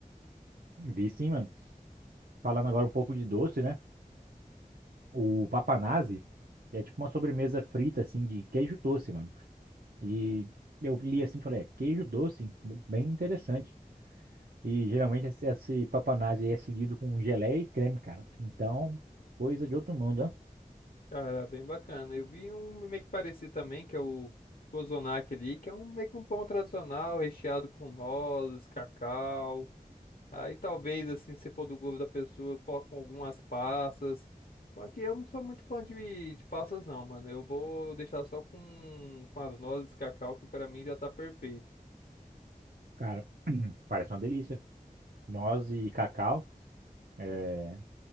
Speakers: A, on the right (about 85°); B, on the left (about 75°).
A: Vi sim, mano. Falando agora um pouco de doce, né? O papanazzi é tipo uma sobremesa frita, assim, de queijo doce, mano. E eu li assim e falei, é, queijo doce? Bem interessante. E geralmente esse, esse papanazzi aí é seguido com geleia e creme, cara. Então, coisa de outro mundo, né?
B: Cara, bem bacana. Eu vi um meio que parecido também, que é o Kozonak ali, que é um meio que um pão tradicional, recheado com nozes, cacau. Aí talvez, assim, se for do gosto da pessoa, colocam algumas passas. Só que eu não sou muito fã de, de passas, não, mano. Eu vou deixar só com, com as nozes, cacau, que pra mim já tá perfeito.
A: Cara, <clears throat> parece uma delícia. Noz e cacau. É,